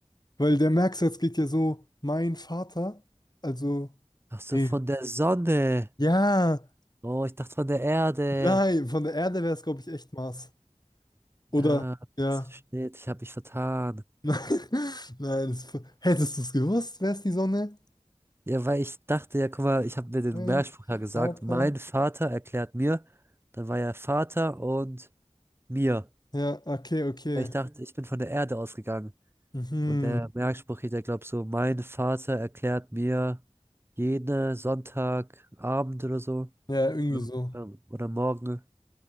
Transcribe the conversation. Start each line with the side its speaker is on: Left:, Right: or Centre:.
Left: Weil der Merksatz geht ja so, mein Vater. Also.
Right: Ach so,
Left: Nee.
Right: von der Sonne.
Left: Ja,
Right: Oh, ich dachte von der Erde.
Left: nein, von der Erde wäre es, glaube ich, echt Mars. Oder?
Right: Ah,
Left: Ja.
Right: shit, ich habe mich vertan.
Left: <laughs> Nein, es, hättest du es gewusst, wäre es die Sonne?
Right: Ja, weil ich dachte, ja, guck mal, ich habe mir den
Left: Nein,
Right: Mehrspruch ja gesagt.
Left: Vater.
Right: Mein Vater erklärt mir. Dann war ja Vater und mir.
Left: Ja, okay, okay.
Right: Weil ich dachte, Mhm. ich bin von der Erde ausgegangen.
Left: Mhm.
Right: Und der Merkspruch geht ja, glaub so, mein Vater erklärt mir jeden Sonntagabend oder so.
Left: Ja, irgendwie
Right: Oder,
Left: so.
Right: oder oder morgen.